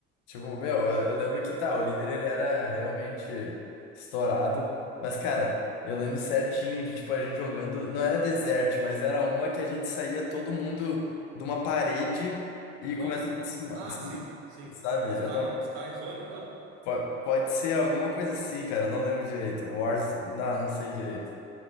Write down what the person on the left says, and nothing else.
tipo, meu, eu, eu lembro que tá, o líder ele era realmente estourado. Mas, cara, eu lembro certinho de, tipo, a gente jogando. Não era desert, mas era uma que a gente saía todo mundo de uma parede e
começava
a se. ma-
Assim,
sabe?
Eu não,
po- pode ser alguma coisa assim, cara. Eu não lembro direito. Wars. Não, não sei direito.